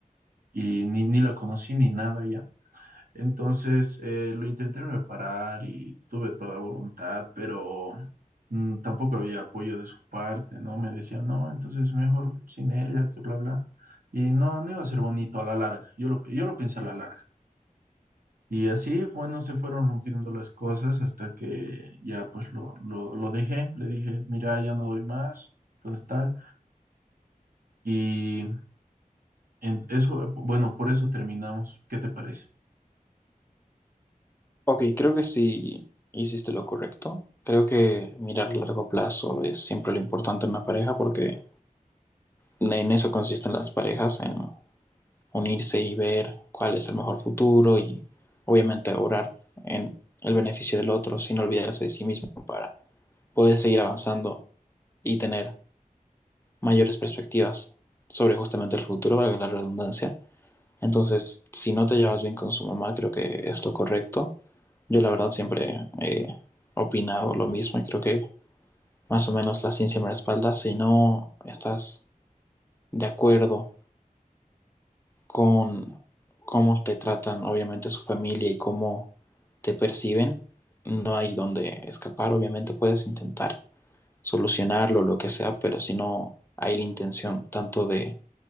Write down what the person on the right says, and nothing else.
y ni, ni la conocí ni nada ya. Entonces eh, lo intenté reparar y tuve toda la voluntad, pero mm, tampoco había apoyo de su parte, ¿no? Me decían, no, entonces mejor sin ella, que bla, bla. Y no, no iba a ser bonito a la larga. Yo lo, yo lo pensé a la larga. Y así, bueno, se fueron rompiendo las cosas hasta que ya pues lo, lo, lo dejé. Le dije, mira, ya no doy más, entonces tal. Y en eso, bueno, por eso terminamos. ¿Qué te parece?